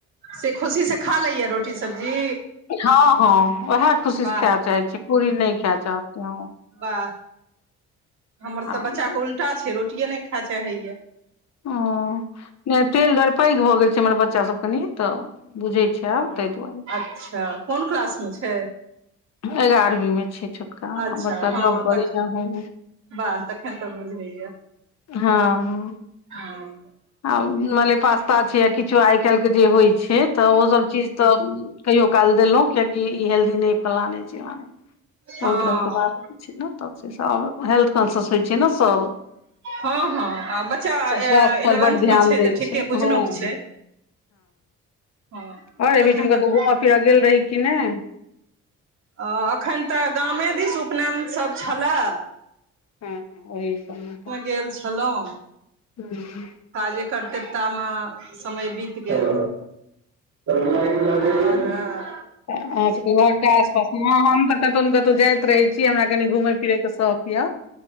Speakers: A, on the right; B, on the left.
A: से खुशी सँ खा लैय रोटी सब्जी
B: हँ हँ उएह खुशी
A: वाह
B: से खाय चाहे छी पूरी नहि खाय चाहते ओ
A: वाह हमर सब
B: आ
A: बच्चा के उल्टा छै रोटिेये नहि खायए चाहैया
B: ओ नहि तेल दर पैघ भऽ गेल छै हमर बच्चा सब कनि तऽ बुझैत छय
A: ओ
B: आब ते दुआरे
A: अच्छा कोन क्लास मे छै
B: एगारहवीं में छै छोटका
A: अच्छा
B: आ बड़का
A: हँ
B: जॉब करैय
A: तख
B: ह हू
A: वाह तऽ बुझैया
B: हँ ह
A: हँ
B: आ मनेे पास्ता छै य किछो आइ काल्हि के जे होइ छै तऽ ओसभ चीज तऽ कहियो काल देलो ककि ई हेल्दी नहि फलना ने चिलना ने
A: हँ
B: बहुत रङ्गके बात छै ने तब आब हेल्थ कंसस होइ छै ने सभ
A: हँ हँ आ बच्चा ऐ
B: स्वास्थ्य
A: एलेवंथ
B: पर बड ध्यान
A: मे छै
B: दै
A: तऽ ठीके बुझनक
B: हँ हँ
A: छै हँ
B: आओर एहि
A: तखन
B: बीच मे कतहु
A: तऽ
B: घूमय फिरय गेल रही कि नहि
A: एखन तऽ गामे दिस उपनयन सभ छलै
B: हँ ओहि सम
A: गेल छलहुँ
B: ह <unintelligible>
A: काजे करतेवता मे समय बीत गेल त लाइट लग <unintelligible>
B: अहाँ सबके घरके आसपास हम त कतहु ने कतहु जाइत रहै छी हमरा कनी घुमय फिरयके शौक यऽ